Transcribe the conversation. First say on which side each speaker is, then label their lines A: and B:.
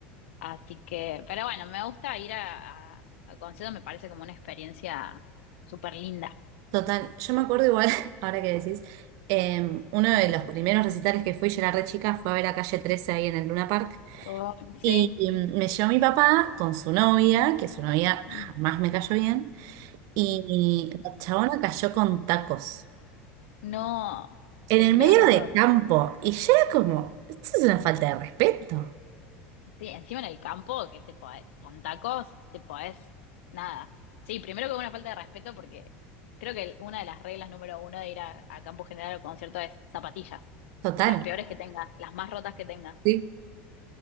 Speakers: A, on the left; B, on the right.
A: Así que, pero bueno, me gusta ir a, a, a conciertos, me parece como una experiencia súper linda.
B: Total, yo me acuerdo igual, <laughs> ahora que decís, eh, uno de los primeros recitales que fui, yo era re chica, fue a ver a Calle trece ahí en el Luna Park.
A: Oh,
B: Y
A: sí,
B: y me llevó mi papá con su novia, que su novia
A: <laughs>
B: jamás me cayó bien, y la chabona cayó con tacos
A: no,
B: en
A: el
B: el
A: peor
B: medio
A: error.
B: del campo. Y yo era como, esto es una falta de respeto,
A: Sí, encima en el campo, que te podés- con tacos, te podés, nada. Sí, primero que una falta de respeto, porque creo que el- una de las reglas número uno de ir a, a campo general o concierto es zapatillas.
B: total.
A: Las peores que tengas, las más rotas que tengas.
B: Sí.